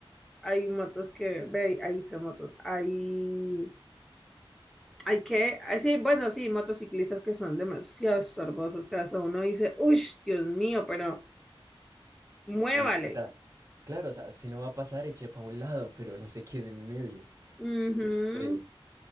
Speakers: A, in the centre; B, on the right.
A: Hay motos que, ve, ahí son motos. Hay, hay que, ah, sí, bueno, sí, motociclistas que son demasiado estorbosos. Cada uno dice, uff, Dios mío, pero muévale.
B: Uy, sí, o sea, claro, o sea, si no va a pasar, eche para un lado, pero no se quede en medio.
A: Ujú.
B: Qué estrés.